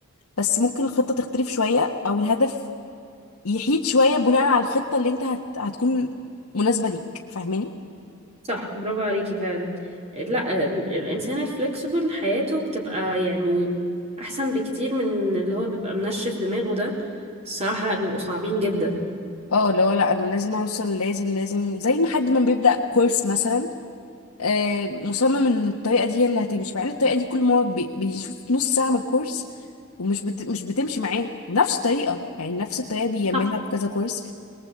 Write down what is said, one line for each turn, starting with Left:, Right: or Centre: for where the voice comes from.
Left: بس ممكن الخطة تختلف شوية او الهدف يحيد شوية بناء على الخطة اللي انت هت... هتكون مناسبة ليك فاهماني
Right: صح برافو عليكي فعلا لا الإنسان الفلكسبل حياته بتبقى يعني أحسن بكتير من اللي هو بيبقى منشف دماغه ده الصراحة لا بيبقوا صعبين جدا
Left: اه اللي هو لا انا لازم اوصل لازم لازم زي ما حد ما بيبدأ كورس مثلا آه، مصمم ان الطريقه دي هي اللي هتمشي مع ان الطريقه دي كل ما هو بي- بيشوف نص ساعه من الكورس ومش بت... مش بتمشي معاه بنفس الطريقه يعني نفس الطريقه بيعملها
Right: صح
Left: بكذا كورس